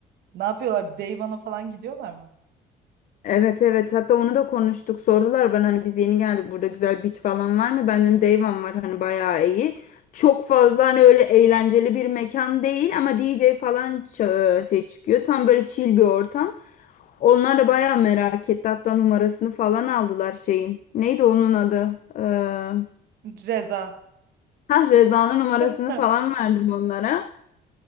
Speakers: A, on the right (about 75°); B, on the left (about 50°).
A: Ne yapıyorlar? Dayvan'a falan gidiyorlar mı?
B: Evet evet hatta onu da konuştuk sordular ben hani biz yeni geldik burada güzel beach falan var mı? Ben dedim Dayvan var hani bayağı iyi. Çok fazla hani öyle eğlenceli bir mekan değil ama DJ falan ça- e, şey çıkıyor. Tam böyle chill bir ortam. Onlar da bayağı merak etti hatta numarasını falan aldılar şeyin. Neydi onun adı? Ee,
A: Reza.
B: ha Reza'nın numarasını
A: <laughs>
B: falan verdim onlara.